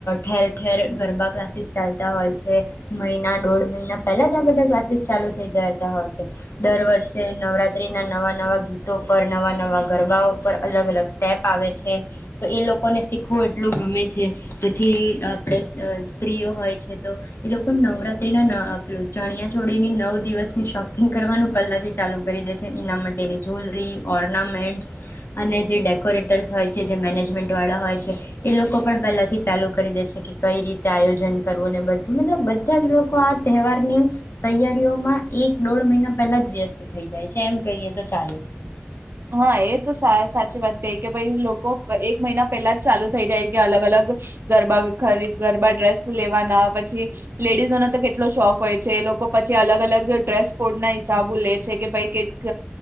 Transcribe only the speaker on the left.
ઠેર ઠેર ગરબા ક્લાસીસ ચાલતા હોય છે મહિના દોઢ મહિના પહેલા જ આ બધા ક્લાસીસ ચાલુ થઈ જતા હોય છે દર નવરાત્રીના નવા નવા ગીતો પર નવા નવા ગરબાઓ પર અલગ અલગ સ્ટેપ આવે છે તો એ લોકોને શીખવું એટલું ગમે છે પછી આપણે સ્ત્રીઓ હોય છે તો એ લોકો નવરાત્રીના ચણિયાચોળીની નવ દિવસની શોપિંગ કરવાનું પહેલા છે. ચાલુ કરી દે છે એના માટેની જ્વેલરી ઓર્નામેન્ટ અને જે ડેકોરેટર્સ હોય છે જે મેનેજમેન્ટ વાળા હોય છે એ લોકો પણ પહેલાથી ચાલુ કરી દે છે કે કઈ રીતે આયોજન કરવું ને બધું મતલબ બધા જ લોકો આ તહેવારની તૈયારીઓમાં એક દોઢ મહિના પહેલા જ વ્યસ્ત તો થઈ જાય છે. એમ કહીએ તો ચાલે.